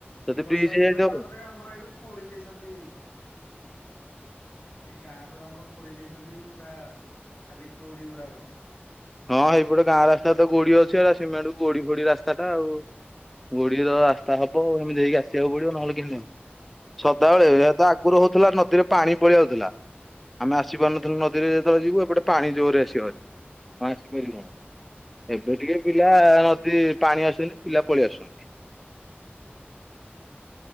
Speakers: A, in the centre; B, on the left.
A: ଯଦି
B: ଏଇ ବର୍ଷ
A: ବ୍ରିଜ
B: ହେଇଛନ୍ତି
A: ହେଇଯାଇଥିବ
B: ତାପରେ ଆମର ଏଇଠୁ ଖୋଳି ଦେଇଛନ୍ତି ସେଇ ଗାଁ ଠୁ ଆମର ଖୋଳି ଦେଇଛନ୍ତି ପୁରା ଖାଲି ଗୋଡି ଗୁଡାକ।
A: ହଁ ହେଇପଟେ ଗାଁ ରାସ୍ତାରେ ତ ଗୋଡି ଅଛି ଆ ସିମେଣ୍ଟ କୁ ଗୋଡି ଫୋଡି ରାସ୍ତାଟା ଆଉ। ଗୋଡ଼ିର ରାସ୍ତା ହବ ଏମିତି ହେଇକି ଆସିବାକୁ ପଡିବ ନହେଲେ କିମିତି ହବ। ସଦାବେଳେ ଏ ତ ଆଗରୁ ହଉଥିଲା ନଦୀରେ ପାଣି ପଳି ଆଉଥିଲା ଆମେ ଆସିପାରୁନଥିଲୁ ନଦୀରେ ଯେତେବେଳେ ଯିବୁ ଏପଟେ ପାଣି ଜୋରରେ ଆସିବା ହେରି। ହଁ ଆସିପାରିବି। ଏବେ ଟିକେ ପିଲା ନଦୀ ପାଣି ଆସୁନି ପିଲା ପଳେଇ ଆସୁଛନ୍ତି।